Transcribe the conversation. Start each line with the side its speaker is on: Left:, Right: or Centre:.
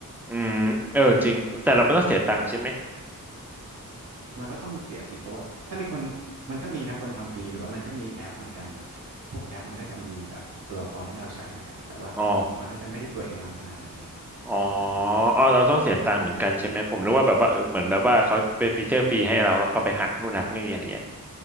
Centre: อืมเออจริงแต่เราไม่ต้องเสียตังค์ใช่ไหม
Right: เราก็ต้องเสียสิเพราะว่าถ้ามีคนมันก็มีนะคนทำฟรีหรือว่ามันก็มีแอปเหมือนกันพวกแอปมันก็จะมีแบบตัวละครให้เราใช้เหมือนกันแต่ว่ามันก็จะไม่ได้สวยงามขนาดนั้นไง
Centre: อ๋อ อ๋ออ๋อเราต้องเสียตังค์เหมือนกันใช่ไหม ผมนึกว่าแบบว่าเออเหมือนแบบว่าเขาเป็นฟีเจอร์ฟรีให้เราแล้วก็ไปหักนู่นหักนี่อะไรเงี้ย